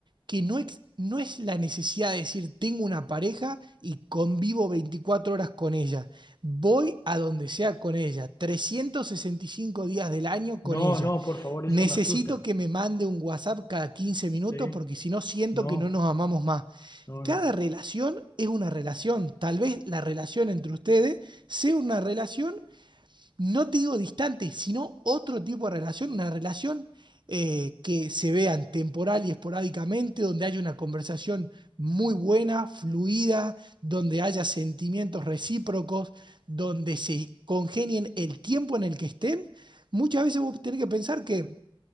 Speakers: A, on the right (about 55°); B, on the left (about 30°).
A: que no, ex- no es la necesidad de decir, tengo una pareja y convivo 24 horas con ella. Voy a donde sea con ella, 365 días del año
B: No,
A: con ella.
B: no, por favor, eso
A: Necesito
B: me asusta.
A: que me mande un WhatsApp cada quince minutos
B: Sí,
A: porque si no siento
B: no,
A: que no nos amamos más.
B: no,
A: Cada
B: no.
A: relación es una relación. Tal vez la relación entre ustedes sea una relación no te digo distante, sino otro tipo de relación, una relación eh, que se vean temporal y esporádicamente, donde haya una conversación muy buena, fluida, donde haya sentimientos recíprocos, donde se congenien el tiempo en el que estén. Muchas veces vos tenés que pensar que,